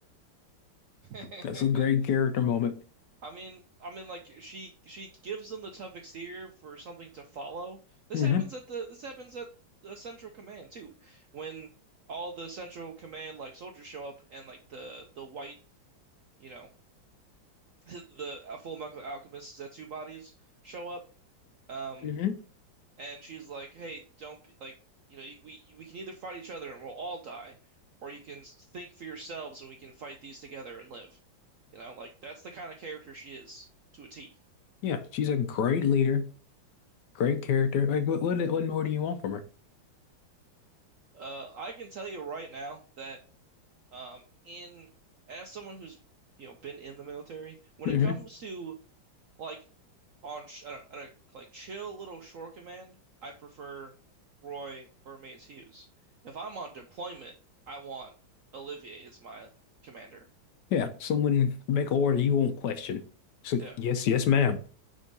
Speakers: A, on the right; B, on the left.
A: <laughs>
B: That's a great character moment.
A: I mean, I mean, like she she gives them the tough exterior for something to follow. This
B: hmm
A: happens at the this happens at the Central Command too, when all the Central Command like soldiers show up and like the the white you know <laughs> the uh, Full Metal Alchemist Zetsu bodies show up. Um,
B: hmm
A: and she's like, "Hey, don't be like you know you, we we can either fight each other and we'll all die, or you can think for yourselves and we can fight these together and live." You know, like that's the kind of character she is to a T.
B: Yeah, she's a great leader, great character. Like, what what, what more do you want from her?
A: Uh, I can tell you right now that um, in as someone who's you know been in the military, when
B: hmm
A: it comes to like on sh I don't, I don't, like chill little shore command, I prefer Roy or Mace Hughes. If I'm on deployment, I want Olivier as my commander.
B: Yeah, someone make order you won't question. So,
A: Yeah,
B: yes, yes, madam